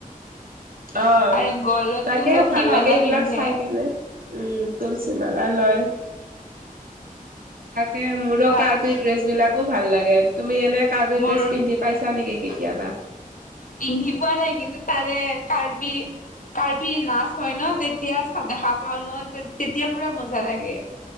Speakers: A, on the right; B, on the left.
A: অ
B: আৰু গলত
A: তাকে
B: তুলসী
A: ভাল
B: মালা
A: লাগে এইবিলাক
B: পিন্ধে
A: চাই কেনে। উম তুলসী মালা লয়। ত মোৰো
B: বা
A: কাৰ্বি ড্ৰেছ বিলাকো ভাল লাগে তুমি এনে কাৰ্বি
B: মোৰ
A: ড্ৰেছ পিন্ধি পাইছা নেকি। কেতিয়াবা।
B: পিন্ধি পোৱা নাই কিন্তু তাৰে কাৰ্বি। কাৰ্বি নাচ হয় ন তেতিয়া দেখা পাওঁ ন তেতিয়া পুৰা মজা লাগে।